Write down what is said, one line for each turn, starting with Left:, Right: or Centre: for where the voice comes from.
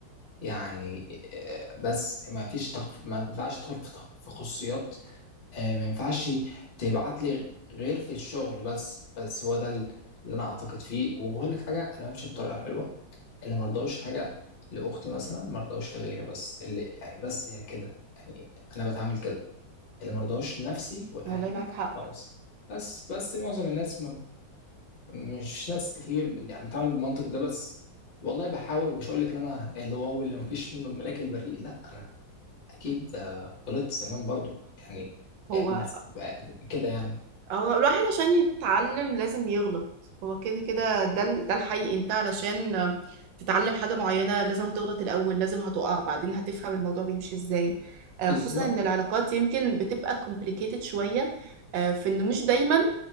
Left: يعني آه، بس ما فيش تخف... ما ينفعش تدخل في تخ- في خصوصيات آه، ما ينفعش تبعت لي غير في الشغل بس بس هو ده ال- اللي انا اعتقد فيه وهقول لك حاجه انا بمشي بطريقه حلوه اللي مرضاش حاجه لاختي مثلا مرضاش لغيري بس اللي يعني بس هي كده يعني انا بتعامل كده اللي مرضاش لنفسي ولاهلي
Right: والله معاك حق
Left: خلاص بس بس معظم الناس ما مش ناس كتير يعني بتعامل بالمنطق ده بس والله بحاول ومش هقول لك ان انا اللي واو اللي مفيش منه الملاك البريء لا انا اكيد آه، غلطت زمان برضو يعني
Right: هو
Left: آه، بس آه، كده يعني
Right: هو الواحد عشان يتعلم لازم يغلط هو كده كده ده ال- ده الحقيقي انت علشان تتعلم حاجة معينة لازم هتغلط الأول لازم هتقع بعدين هتفهم الموضوع بيمشي ازاي آه،
Left: بالظبط
Right: خصوصا ان العلاقات يمكن بتبقى complicated شوية آه، في انه مش دايما